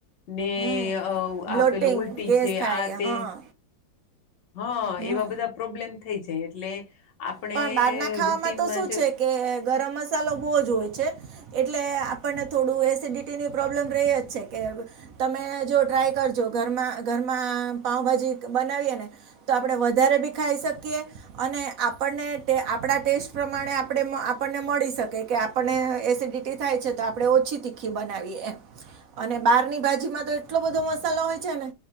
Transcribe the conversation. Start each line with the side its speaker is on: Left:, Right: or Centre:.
Left: ને
Right: હમ
Left: અ
Right: બ્લોટિંગ
Left: આપેલું ઉલટી
Right: ગેસ
Left: છે,
Right: થાય
Left: આ તે
Right: હા
Left: હા
Right: હમ
Left: એવા બધા પ્રોબ્લેમ થઈ જાય એટલે આપણે
Right: પણ બહારના ખાવામાં
Left: રુટીનમાં
Right: તો શું
Left: જ
Right: છે કે ગરમ મસાલો બહુ જ હોય છે, એટલે આપણને થોડું એસિડિટીની પ્રોબ્લેમ રેય જ છે કે એમ તમે જો ટ્રાય કરજો ઘરમાં ઘરમાં પાઉભાજી બનાવીએ ને તો આપ પણે વધારે બી ખાઈ શકીએ અને આપ પણને આપણા ટેસ્ટ પ્રમાણે આપણે આપણને મળી શકે કે આપણને એસિડિટી થાય છે તો તો આપડે ઓછી તીખી બનાવીએ એમ અને બારની ભાજીમાં તો એટલો બધો મસાલો હોય છે ને